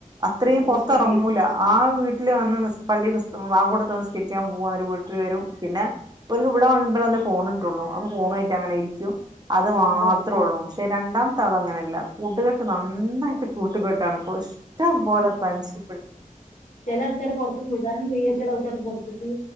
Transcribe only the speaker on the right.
അത്രയും
പുറത്തിറങ്ങൂല
ആ വീട്ടില് വന്ന് നിസ്കരി പള്ളി. ബാങ്ക് കൊടുത്ത് നിസ്കരിക്കാൻ. പോക പിന്നെ നിസ്കരിക്ക വരും പിന്നെ. അപ്പോൾക് ഇവിടെ വരും അപ്പളവന് ഫോണി ട്ടുള്ളു അപ്പം ഫോണേറ്റങ്ങിനെ ഇരിക്കും അത്
മാത്രേള്ളൂ
ക്ഷേ രണ്ടാമത്തെ ആളങ്ങനെയല്ല കൂട്ട് കെട്ട് നന്നായിട്ട് കൂട്ട് കെട്ടാണ് കുഷ്ട്ടംബൊലേ ഫ്രണ്ട്സ്